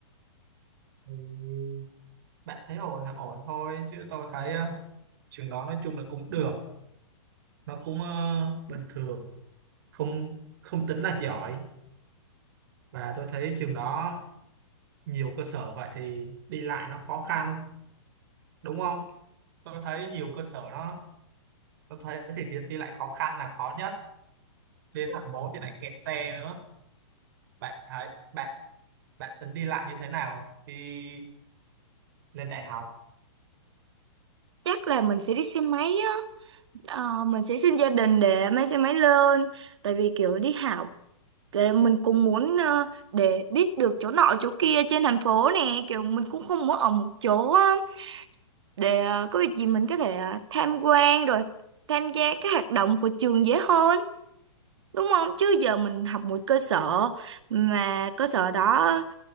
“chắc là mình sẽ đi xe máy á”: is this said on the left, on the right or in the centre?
Right